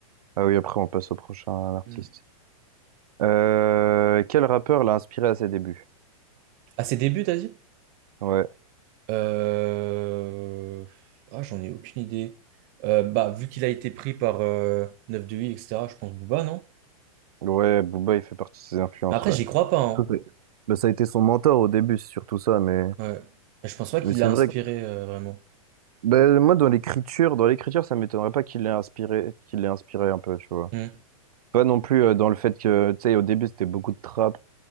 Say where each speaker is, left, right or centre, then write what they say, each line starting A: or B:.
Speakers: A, on the right; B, on the right.
A: Ah oui, après on passe au prochain artiste.
B: Hmm.
A: Euh, quel rappeur l'a inspiré à ses débuts?
B: À ses débuts, t'as dit?
A: Ouais,
B: Euh, Ah, j'en ai aucune idée. Euh, bah, vu qu'il a été pris par 9 de 8, etc., je pense Booba, non?
A: ouais, Booba, il fait partie de ses influences,
B: Après,
A: ouais.
B: j'y crois pas, hein.
A: Tout est- Ben, ça a été son mentor au début, c'est surtout ça, mais,
B: Ouais. Mais Je pense pas
A: mais
B: qu'il
A: c'est
B: l'a inspiré,
A: vrai que
B: euh, vraiment.
A: ben, moi, dans l'écriture, Dans l'écriture, ça m'étonnerait pas qu'il l'ait inspiré, qu'il l'ait inspiré un peu, tu vois.
B: Hmm.
A: Pas non plus euh, dans le fait que, tu sais, au début, c'était beaucoup de trap,